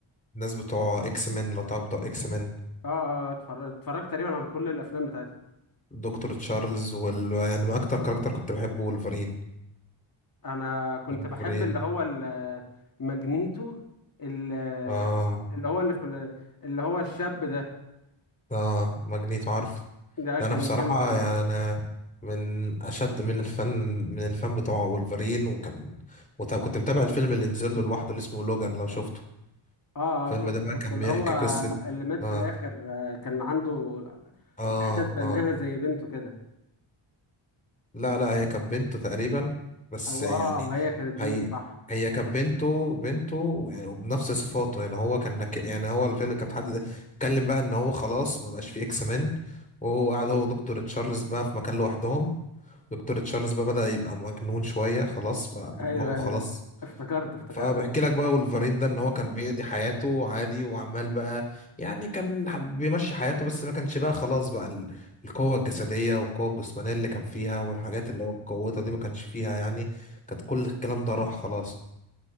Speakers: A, on the left; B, on the left.
A: الناس بتوع اكس مان لو تعرف بتوع اكس مان
B: اه اه اتفر- اتفرجت تقريبا على كل الافلام بتاعته
A: دكتور تشارلز وال يعني ما اكتر كاركتر كنت بحبه ولفرين
B: انا كنت
A: ولفرين
B: بحب اللي هو ال- ماجنيتو ال-
A: اه
B: اللي هو اللي في ال- اللي هو الشاب ده
A: اه ماجنيتو عارف
B: ده
A: لا،
B: كان
A: انا بصراحة
B: جامد اوي
A: يعني انا من اشد من الفن من الفن بتوع ولفرين وكان وطب كنت متابع الفيلم اللي نزل له لوحده اللي اسمه لوجان لو شفته
B: اه
A: الفيلم
B: اه شفته
A: ده بقى
B: شفته
A: كان
B: اللي
A: بيحكي
B: هو
A: قصة
B: اللي مات
A: اه
B: في الاخر آه، كان عنده
A: اه
B: واحده تبناها
A: اه
B: زي بنته كده
A: لا لا هي كانت بنته تقريبا بس
B: او
A: يعني
B: اه او هي كانت بنته
A: هي
B: صح
A: هي كانت بنته بنته يعني وبنفس صفاته يعني هو كان نك... يعني هو الفيلم كان حد اتكلم بقى ان هو خلاص ما بقاش فيه اكس مان وهو قاعد هو ودكتور تشارلز بقى في مكان لوحدهم دكتور تشارلز بقى بدأ يبقى مجنون شوية خلاص بقى دماغه
B: ايوه
A: خلاص
B: ايوه أيوه. افتكرت افتكرت
A: فبحكي
B: الفيلم.
A: لك بقى ولفرين ده ان هو كان بيقضي حياته عادي وعمال بقى يعني كان ح- بيمشي حياته بس ما كانش بقى خلاص بقى ال- القوة الجسدية والقوة الجسمانية اللي كان فيها والحاجات اللي هو قوتها دي ما كانش فيها يعني كانت كل الكلام ده راح خلاص